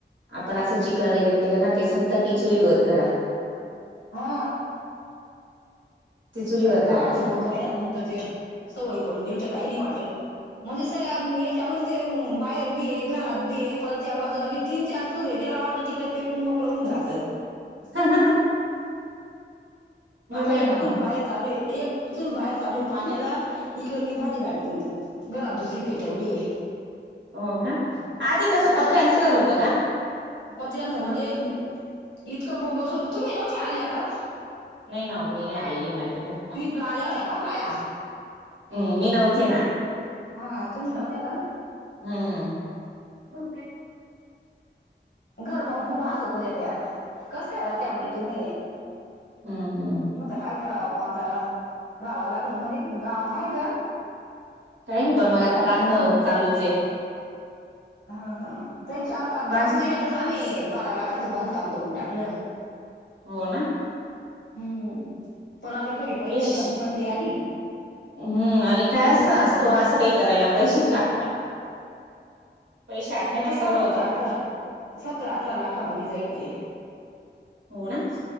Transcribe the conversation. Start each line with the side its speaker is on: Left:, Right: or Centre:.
Right: आपण असं चिकन वगैरे केलं ना ते सां - ता कि चुली वर करा
Left: हा
Right: ती चुलीवर
Left: आम्हाला
Right: करायला सांगता
Left: तर दोन महिन्यापासून तर ते सवयी पडून गेल तर काही नाही वाटत म्हणजे सर्या याच्यामध्ये ते बाहेर बी आहे घरात बी आहे परत त्या बाजूला बी तीन चार चूर आहे ज्याला वाटत तिकडे पेटून मोकळ होऊन जायच
Right: हा हा हा
Left: आता
Right: आहे
Left: एक
Right: ना
Left: चूल
Right: मग
Left: बाहेर चालूय एक चूल बाहेर चालूय पाण्याला इकडे मी भाजी लाट घरात दुसरी पेटवलीय
Right: हो का आधी कसं
Left: ह
Right: पत्र्यांचं घर होतं का
Left: पत्र्यांचं म्हणजे इतकं बोगस हो तुम्ही नव्हत्या आल्या का
Right: नाही ना मीे नाही आली <unintelligible>
Left: लालेह झफा बाया
Right: हम्म मी नवती ना
Left: हा तुम्ही नव्हत्या का
Right: हम् <unintelligible>
Left: घर पाहून खूप हासत होत्या त्या कस काय राहत्या म्हणे तुम्ही
Right: हम् हम
Left: आता काय कराव मग आता राहावं लागल म्हणजे गावात आहे घर
Right: काही नाही
Left: इथं
Right: पण
Left: मळ्यात
Right: मग आता
Left: नव्हतं
Right: बांधणं
Left: ना मग
Right: चालूच आहे
Left: हा त चार पाच
Right: बांध
Left: पाच महिन्यातच आम्ही बारा लाखाचं बांधकाम करून टाकलं
Right: हो ना
Left: हम्म पण आता थोडी पैशा
Right: पैश
Left: तन मंदी आली
Right: हम्म आणि
Left: त्याच्यामुळे
Right: काय असं
Left: मग
Right: असतो
Left: थोडं बंद
Right: असं काही करायला पैशेच लागता पैसे असले
Left: मग
Right: ना
Left: ते
Right: सगळं
Left: पाच सतरा
Right: होतं
Left: अठरा सतरा अठरा लाखामध्ये जाईल ते
Right: हो ना